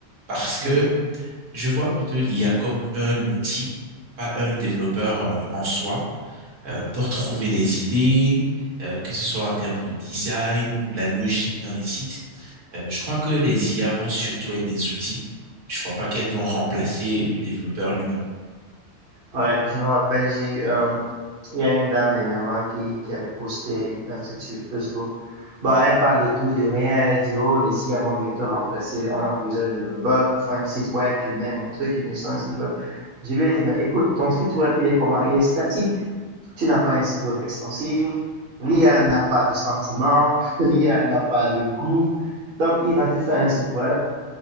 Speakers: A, on the right; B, on the right.
A: Parce que
B: mhm,
A: Je vois plutôt l'IA comme un outil, pas un développeur euh, en soi, euh,
B: mhm.
A: pour trouver les idées, euh, que ce soit en termes de design ou la logique dans les sites. Euh, je crois que les IA vont surtout être des outils. Je crois pas qu'elles vont remplacer le développeur lui-même.
B: Ouais, je me rappelle, j'ai eu un Il y a une dame dernièrement qui, qui avait posté un truc sur Facebook. bah elle parle de tout et de rien. Elle dit, oh, les IA vont bientôt remplacer. On n'a plus besoin de développeurs pour faire un site web. Je mets mon truc, il me sort un site web. Je lui ai dit, mais écoute, ton site web, il est comment? Il est statique. Tu n'as pas un site web responsif. L'IA n'a pas de sentiments. L'IA <laughs> n'a pas de goût. Donc, il va te faire un site web